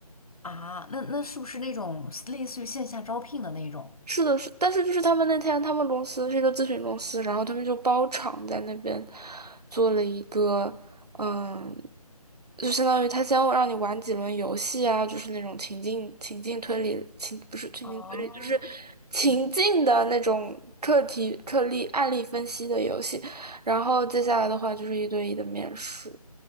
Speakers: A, on the left (about 65°); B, on the right (about 85°).
A: 啊？那那是不是那种类似于线下招聘的那种？
B: 是的，是，但是就是他们那天，他们公司是一个咨询公司，然后他们就包场在那边做了一个，嗯，就相当于他先让你玩几轮游戏啊，就是那种情境情境推理情不是情境推理，
A: 哦，
B: 就是情境的那种课题课例案例分析的游戏，然后接下来的话就是一对一的面试。